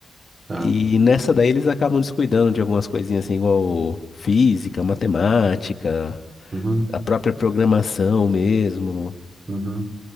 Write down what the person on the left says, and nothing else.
E nessa daí eles acabam descuidando de algumas coisinhas assim, igual física, matemática,
a própria programação mesmo.